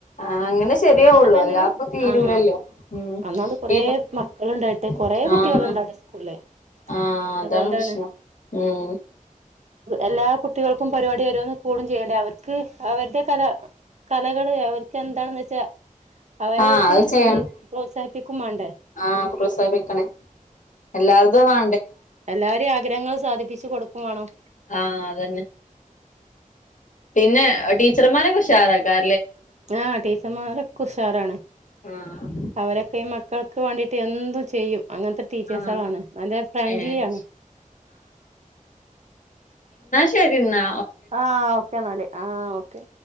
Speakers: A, on the left; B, on the right.
A: ആഹ് അങ്ങനെ ശരിയാവുള്ളു
B: എന്നിട്ട് തന്നെ
A: അല്ലാപ്പ തീരൂലൽ
B: ആഹ്
A: <unintelligible>
B: ഒന്നാമത് കൊറേ മക്കളുണ്ടായിട്ട് കൊറേ കുട്ടികളുണ്ട്
A: ആഹ്
B: അവിടെ സ്കൂളില്
A: ആഹ്
B: അതുകൊണ്ടാണ്
A: അതാണ് പ്രശ്നം ഉം
B: എല്ലാ കുട്ടികൾക്കും പരിപാടി ഓരോന്ന് കൂടും ചെയ്യേണ്ടേ അവർക്ക് അവരുടെ കല കലകള് അവർക്ക് എന്താണെന്ന് വെച്ചാ അവരത്
A: ആഹ് അത്
B: ഇതില്
A: ചെയ്യണം
B: പ്രോത്സാഹിപ്പിക്കും വേണ്ടേ
A: ആഹ് പ്രോത്സാഹിപ്പിക്കണേ എല്ലാര്തും വാ
B: എല്ലാവാരേം ആഗ്രഹങ്ങൾ സാധിപ്പിച്ചു കൊടുക്കും വാണം
A: ആഹ് അതന്നെ പിന്നെ ടീച്ചർമാരൊക്കെ ഉഷാറായി കാ
B: ആഹ് ടീച്ചർമാരൊക്കെ ഉഷാറാണ്
A: ആഹ്
B: അവരൊക്കെ ഈ മ മക്കൾക്ക് വാണ്ടിട്ട് എന്തും ചെയ്യും അങ്ങനത്തെ ടീച്ചേഴ്സെളാണ്
A: ആഹ്
B: നല്ല ഫ്രണ്ട്ലി
A: ഏഹ്
B: ആണ്
A: ശരിന്നാ
B: ആ ഓക്കെ ന്നാല് ആഹ് ഓക്കെ